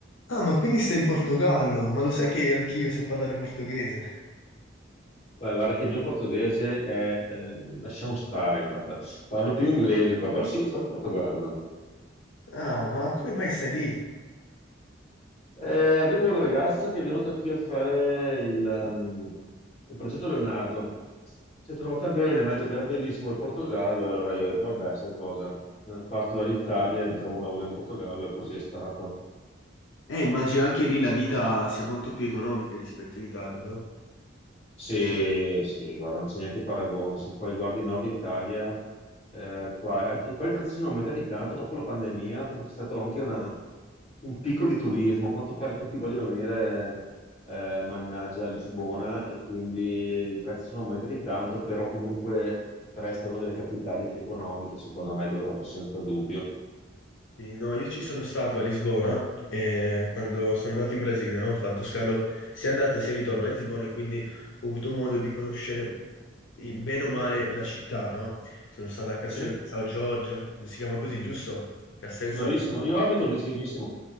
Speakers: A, on the left; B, on the left.
A: Ah, ma quindi stai in Portogallo? Ma lo sai che anch'io so parlare portoghese?
B: Guarda, guarda che il mio portoghese è, eh, lasciamo stare, guarda, parlo più inglese qua, però sì, sto in Portogallo.
A: Ah, ma come mai stai lì?
B: Eh, avevo una ragazza che è venuta qui a fare il, ehm, il progetto Leonardo. Si è trovata bene, mi ha detto che era bellissimo il Portogallo, e allora io ho detto, vabbè, sai cosa, Eh, parto dall'Italia e mi trovo un lavoro in Portogallo, e così è stato.
A: Eh, immagino anche lì la vita sia molto più economica rispetto in Italia, no?
B: Sì, sì, guarda, non c'è neanche paragone. Se poi guardi il Nord Italia, eh, qua, eh, qua i prezzi sono aumentati tanto dopo la pandemia perché c'è stato anche una- un picco di turismo. A quanto pare tutti vogliono venire, eh, mannaggia, a Lisbona e quindi i prezzi sono aumentati tanto, però comunque resta una delle capitali più economiche, secondo me, d'Europa, senza dubbio.
A: Sì, no, io ci sono stato a Lisbona eh, quando sono andato in Brasile, no? Ho fatto scalo sia andata sia ritorno a Lisbona e quindi ho avuto modo di conoscere eh, bene o male la città, no? Sono stato a Castello
B: Sì,
A: di São Giorgio, si chiama così, giusto? Castello
B: bravissimo.
A: di São Giorgio.
B: Io abito vicinissimo.